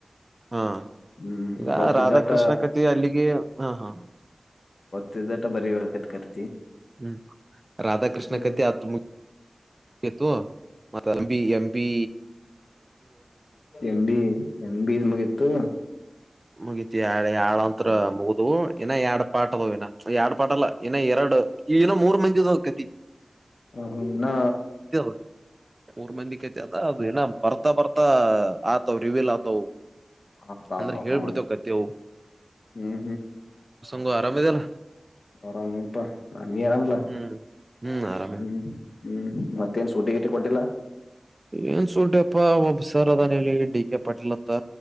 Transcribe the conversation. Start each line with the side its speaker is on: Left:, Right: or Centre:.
Right: ಹಾ
Left: ಹ್ಮ್
Right: ಈಗ
Left: ಗೊತ್ತಿದ್ದಟ
Right: ರಾಧಾಕೃಷ್ಣ ಕಥೆ ಅಲ್ಲಿಗೆ ಹಾ ಹಾ
Left: ತಿಳಿತೋಟ ಬರಿ ಪಟ್ ಪಟ್
Right: ಹ್ಮ್ ರಾಧಾಕೃಷ್ಣ
Left: ಹ್ಮ್
Right: ಕತೆ ಆತ ಹೇ ತೊ ಮತ್ತ MB MB
Left: M B M B ನು ಮುಗಿತು
Right: ಮುಗಿತು ಯಾಡು ಅಂತ್ರು ಮುಗುದುವು ಇನಾ ಯಾಡ್ ಪಾಠ ಅದಾವ ಇನಾ ಯಾಡಪ ಪಾಡಲ್ಲ ಇನಾ ಎರಡ ಹೇ ಇನಾ ಮೂರು ಮಂದಿದ ಅದ ಕತಿ
Left: ಹೂ ಹೂ ಇನಾ
Right: ಹ ಊರ್ ಮಂದಿ ಕತಿ ಅದ ಅದುಏನ ಬರ್ತಾ ಬರ್ತಾ ಫಹಾ ಆತಾವ ರಿವೇಲ್ ಆತಾವು
Left: ಆತ ಆತ
Right: ಅಂದ್ರ ಹೇಳ್ಬಿಡ್ತೇವ್
Left: ಹ
Right: ಕತಿ ಅವು
Left: ಹ್ಮ್
Right: ಹೂ ಆರಾಮ ಅದಿಯಲ್ಲ
Left: ಆರಾಮ ಇನಿ ಪಾ ನೀನು ಆರಾಮ ಲಾ
Right: ಹ್ಮ್ ಹ್ಮ್ ಆರಾಮ
Left: ಹೂ ಹೂ ಮಾತ್ ಮತ್ತ್ ಏನ್ ಸುಟಿ ಗೀಟಿ ಕೊಟ್ಟಿಲ್ಲ
Right: ಏನ್ ಸೂಟಿ ಅಪ್ಪಾ ಒಬ್ಬ ಸರ್ ಅದಾನ ಇಲ್ಲಿ ಡಿ ಕೆ ಪಾಟೀಲ್ ಅಂತ